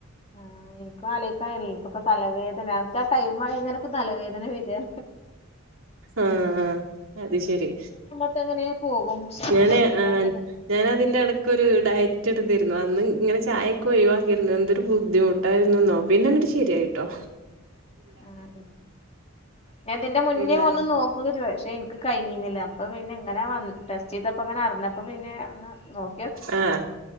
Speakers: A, on the left; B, on the right.
A: ആഹ് എനിക്കും അലോചിക്കാൻ കഴിയില്ല എനിക്കിപ്പൊ തലവേദന അതാ ടൈമായാൽ അങ്ങനെ ഇപ്പോ നല്ലവേദന വരുക
B: ആഹ് അത് ശരി
A: ഒക്കെ അങ്ങനെയെ പോകും പക്ഷെ അങ്ങനെ
B: ഞാന്
A: ശീലായിക്കിട്ട
B: ആ ഞാന് അതിന്റെ എട ക്കൊരു ഡയറ്റ് എടുത്തിരുന്നു അന്ന് ഇങ്ങനെ ചായൊക്കെ ഒഴിവാക്കിയിരുന്നു എന്തൊരു ബുദ്ധിമുട്ടായിരുന്നെന്നോ പിന്നെങ്ങട്ട് ശരിയായി ട്ടോ
A: ആഹ് ഞാൻ ഇതിന്റെ മുന്നേ
B: ഇല്ല
A: ഒന്ന് നോക്കുവൊക്കെ ചെയ്തതാ പക്ഷേ കഴിഞ്ഞീന്നില്ല അപ്പൊ പിന്നെ എങ്ങനെ ടെസ്റ്റ് ചെയ്തപ്പ അങ്ങനെ അറിഞ്ഞപ്പ പിന്നെ ഒന്ന് നോക്കി നോക്കാം
B: ആഹ്